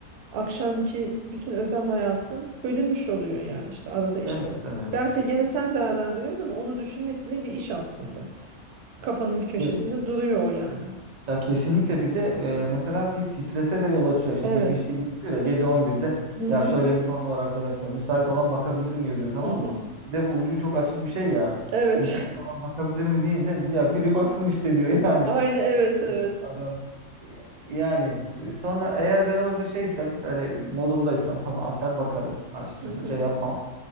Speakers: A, on the right; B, on the right.
A: akşamki bütün özel hayatın bölünmüş oluyor yani işte arada iş.
B: Evet evet.
A: Belki gene sen değerlendiriyorsun ama onu düşünmek bile bir iş aslında. Kafanın bir köşesinde
B: Ke-
A: duruyor o yani.
B: Ya kesinlikle bir de e, mesela bir strese de yol açıyor. Şimdi
A: Evet.
B: bir şey yazıyor ya gece 11'de
A: Hı hı.
B: ya şöyle bir konu var arkadaşlar. Müsait olan bakabilir mi yazıyor tamam
A: Hı hı.
B: mı? Bir de bu ucu çok açık bir şey ya.
A: Evet.
B: Müsait olan bakabilir mi deyince ya biri baksın işte diyor <laughs> yani.
A: <laughs> Aynı evet evet.
B: <laughs> Adam yani e, sonra eğer ben orada şeysem böyle modumdaysam falan açar bakarım açıkçası
A: Hı hı.
B: şey yapmam.